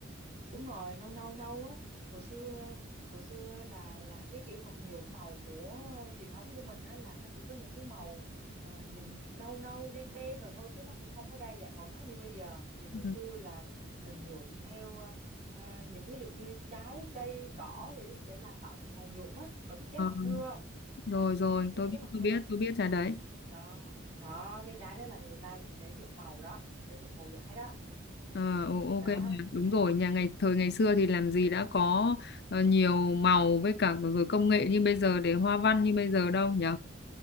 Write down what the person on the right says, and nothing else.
đúng rồi nâu nâu nâu á hồi xưa hồi xưa là là cái kỹ thuật nhuộm màu của truyền thống của mình á là nó chỉ có những cái màu ờ, nhìn nâu nâu đen đen rồi thôi chứ nó cũng không có đa dạng màu sắc như bây giờ vì ngày
xưa là mình nhuộm theo ờ, ờ, những ví dụ như trái cây cỏ thì để làm tạo thành màu nhuộm á bà biết trái
mặt nưa không
bà
biết
trái mặt
nưa
không
đó đó cái trái đó là người ta để nhuộm màu đó để nhuộm màu vải đó
đó